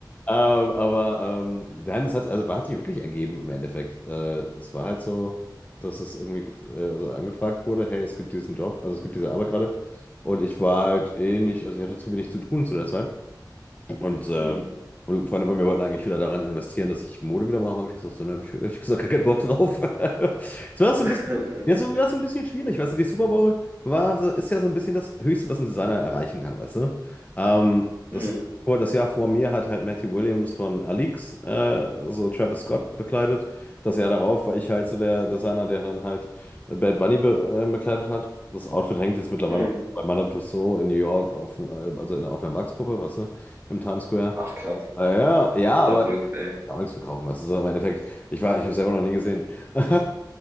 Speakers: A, on the left; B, on the right.
A: aber ähm, nein, das hat, also, hat sich wirklich ergeben im Endeffekt. Äh, es war halt so, dass es irgendwie gef- äh, also angefragt wurde, hey, es gibt diesen Job, also es gibt diese Arbeit gerade. Und ich war halt eh nicht, also ich hatte zu wenig zu tun zu der Zeit. Und äh,
B: Mm.
A: Freunde von mir wollten eigentlich wieder daran investieren, dass ich Mode wieder mache. und ich gesagt, so, ne, hab ich hab ich gesagt, gar keinen Bock drauf. <laughs> Es war so
B: <laughs>
A: ein bisschen, ja, so, war so ein bisschen schwierig, weißt du, die Super Bowl war, so- ist ja so ein bisschen das Höchste, was ein Designer erreichen kann, weißt du. Ähm, das,
B: Mm.
A: vor- das Jahr vor mir hat halt Matthew Williams von Alix, äh, so Travis Scott bekleidet. Das Jahr darauf war ich halt so der Designer, der dann halt Bad Bunny be äh, bekleidet hat. Das Outfit hängt jetzt mittlerweile
B: Mm.
A: auch bei Madame Tussauds in New York auf, äh, also in, auf einer Wachspuppe, weißt du im Times Square.
B: Ach, krass.
A: Ah, ja, ja, aber
B: Verrückt, ey.
A: auch nichts verkaufen. Das ist auch im Endeffekt, ich war, ich habe selber noch nie gesehen. <laughs>